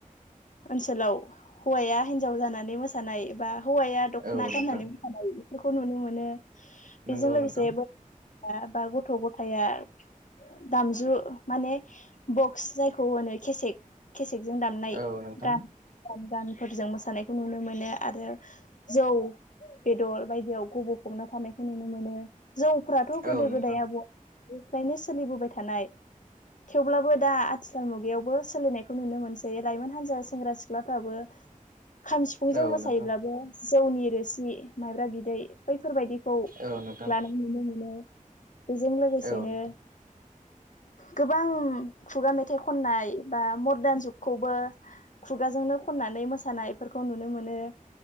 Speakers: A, on the left; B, on the right.
A: ओनसोलाव हौवाया हिनजाव जानानै मोसानाय बा हौवाया दख'ना
B: औ
A: गाननानै
B: नोंथां
A: <unintelligible> बेफोरखौ नुनो मोनो। बेजों
B: नंगौ
A: लोगोसे
B: नोंथां
A: <inaudible> बा गथ' गथाया दामजु माने बक्स जायखौ होनो केसेक केसेकजों दामनाय
B: औ नोंथां
A: गान <inaudible> गानफोरजों मोसानायखौ नुनो मोनो आरो जौ बेदर बायदियाव गब'फबना थानायखौ नुनो मोनो। जौ फोराथ' गोदो
B: औ नोंथां
A: गोदाय आबौआ आबैनिफ्रायनो सोलिबोबाय थानाय। थेवब्लाबो दा आथिखाल मुगायावबो सोलिनायखौ नुनो मोनसै। लाइमोन हान्जा सेंग्रा सिख्लाफ्राबो खाम सिफुंजों
B: औ
A: मोसायोब्लाबो
B: नोंथां
A: जौनि रोसि माइब्रा बिदै बैफोरबायदिखौ
B: औ नोंथां
A: लाना नुनो मोनो। बेजों लोगोसेनो
B: औ नोंथां
A: गोबां खुगा मेथाइ खननाय बा मरदान जुगखौबो खुगाजोंनो खननानै मोसानायफोरखौ नुनो मोनो।